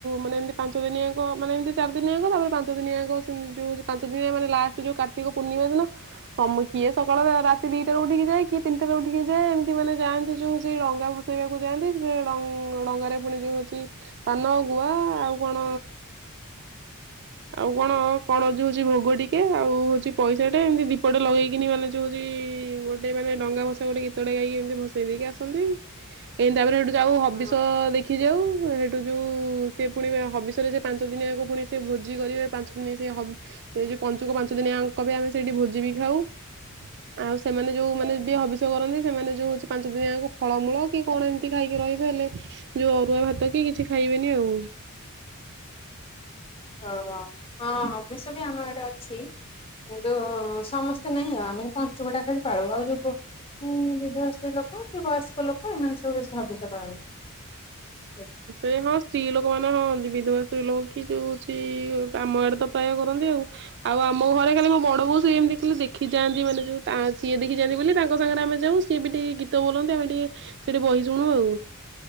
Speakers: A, on the right; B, on the left.
A: ମାନେ ଏମିତି ପାଞ୍ଚ ଦିନିଆଙ୍କ ମାନେ ଏମତି ଚାରି ଦିନିଆଙ୍କ ତାପରେ ପାଞ୍ଚ ଦିନିଆଙ୍କ ଯୋଉ ପାଞ୍ଚ ଦିନ ମାନେ ଲାଷ୍ଟ ଯୋଉ କାର୍ତ୍ତିକ ପୂର୍ଣ୍ଣିମା ଦିନ ସମ କିଏ ସକାଳର ରାତି ଦିଟାରେ ଉଠିକି ଯାଏ କିଏ ତିନିଟାରେ ଉଠିକି ଯାଏ ଏମତି ମାନେ ଯାଆନ୍ତି ଯୋଉ ଜେ ରଙ୍ଗା ଭ ଭଷେଇବାକୁ ଯାଆନ୍ତି ସେ ଡ ଡଙ୍ଗାରେ ପୁଣି ଯୋଉ ଅଛି ପାନ ଗୁଆ ଆଉ କଣ? ଆଉ କଣ କଣ ଯୋଉ ହଉଛି ଭୋଗ ଟିକେ ଆଉ ହଉଛି ପଇସାଟେ ଏମିତି ଦୀପଟେ ଲଗେଇକିନି ମାନେ ଯୋଉ ହଉଛି ଗୋ ସେଇମାନେ ଡଙ୍ଗା ଭସେଇ ଗୋଟେ ଗୀତଟେ ଗାଇକି ଏମିତି ଭସେଇ ଦେଇକି ଆସନ୍ତି। ଏମିତି ତାପରେ ଏଠୁ ଯାଉ ହବିଷ
B: ହଁ
A: ଦେ ଖିଯାଉ ସେଠୁ ଯଉ ସେ ପୁଣି ହବିଷରେ ଯେ ପାଞ୍ଚ ଦିନିଆକ ପୁଣି ସେ ଭୋଜି କରିବେ ପାଞ୍ଚ ଦିନି ସେ ହ ଏଇ ଯୋଉ ପଞ୍ଚୁକ ପାଞ୍ଚ ଦିନିଆଙ୍କ ବି ଆମେ ସେଇଠି ଭୋଜି ବି ଖାଉ ଆଉ। ସେମାନେ ଯେଉଁମାନେ ବି ହବିଷ କରନ୍ତି ସେମାନେ ଯଉ ହେଉଛି ପାଞ୍ଚ ଦିନିଆଙ୍କ ଫଳମୂଳ। କି କଣ ଏମିତି ଖାଇକି ରହିବେ ହେଲେ ଯୋଉ ଅରୁଆ ଭାତ କି କିଛି ଖାଇବେନି ଆଉ।
B: ଓ ହୋ ହଁ ହବିଷ ବି ଆମ ଆଡ଼େ ଅଛି କିନ୍ତୁ ସମସ ନାଇଁ ଆଉ ଆମେ ପଞ୍ଚୁକଟା ଖାଲି ପାଳୁ ଆଉ ଯଉ ଉଁ ବିଧବା ସ୍ତ୍ରୀ ଲୋକ କି ବୟସ୍କ ଲୋକ ଏମାନେ ସବୁ ବେଶୀ ହବିଷ ପାଳନ୍ତି।
A: ଏ ହଁ ସ୍ତ୍ରୀ ଲୋକମାନେ ହଁ ବିଧବା ସ୍ତ୍ରୀ ଲୋକ କି ଯୋଉ ହଉଛି ଆମ ଆଡ଼େ ତ ପ୍ରାୟ କରନ୍ତି ଆଉ। ଆଉ ଆମ ଘରେ ଖାଲି ମୋ ବଡ ବୋଉ ସେ ଏମିତି ଖାଲି ଦେଖି ଯାଆନ୍ତି ମାନେ ଯୋଉ ସିଏ ଦେଖି ଯାନ୍ତି ବୋଲି ତାଙ୍କ ସାଙ୍ଗରେ ଆମେ ଯାଉ। ସିଏ ବି ଟି ଗୀତ ବୋଲନ୍ତି ଆମେ ଟିକେ ସେଠି ବହି ଶୁଣୁ ଆଉ।